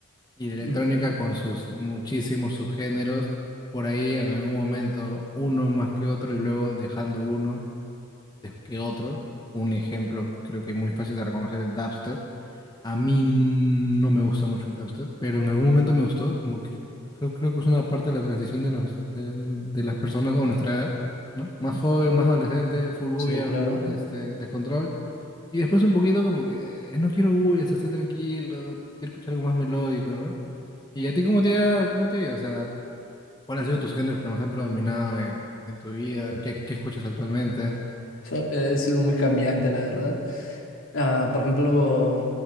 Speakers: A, on the left (about 20°); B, on the left (about 65°).
A: Y la electrónica
B: ujú.
A: con sus muchísimos subgéneros, por ahí en algún momento uno más que otro y luego dejando uno de- que otro. Un ejemplo creo que muy fácil de reconocer, el dubstep. A mí no me gusta mucho el dubstep, pero en algún momento me gustó, como que creo, creo que es una parte de la transición de, nos- de, de las personas o nuestra edad, ¿no? Más joven, más adolescente, full bulla,
B: Sí, claro.
A: full este, descontrol. Y después un poquito como que eh, no quiero bullas, estoy tranquilo, quiero escuchar algo más melódico, ¿no? ¿Y a ti cómo te ha, cómo te ha ido? O sea, ¿cuáles han sido tus géneros que más han predominado en, en tu vida? ¿Qué, qué escuchas actualmente? <laughs>
B: So- eh, ha sido muy cambiante, la verdad. Ah, por ejemplo,